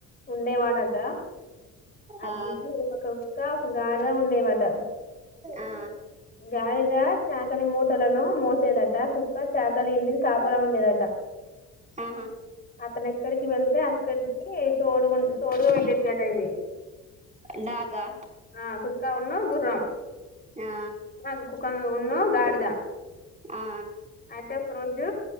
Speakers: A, on the left; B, on the right.
A: ఉండేవాడట అది
B: ఆ
A: ఒక ఇంకా ఒక గాడిద ఉం ఉండేవట
B: ఆ
A: గాడిద చాకలి మూటలను మోసేదట కుక్క చాకలి ఇంటిని కాపలా ఉండేదట
B: ఆహా
A: అతను ఎక్కడికి వెళ్తే అక్కడికి తోడుగా తోడుగా వెళ్ళదిట ఇది
B: డాగా
A: ఆ కుక్క ఉన్న గుర్రం
B: ఆ
A: <unintelligible> ఉన్నో గాడిద
B: ఆ
A: అయితే ఒక రోజు